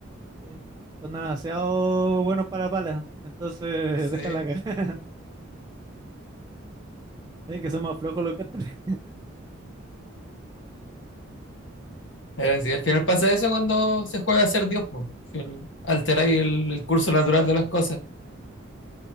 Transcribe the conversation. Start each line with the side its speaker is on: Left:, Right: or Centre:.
Right: Sí. Son demasiado buenos para palas, entonces
Left: Sí.
Right: <laughs> dejan la cagada. <laughs> Tienen que ser más flojos los castores. <laughs>
Left: Pero sí, al final pasa eso cuando se juega a ser Dios, pues. Alterar el, el curso natural de las cosas.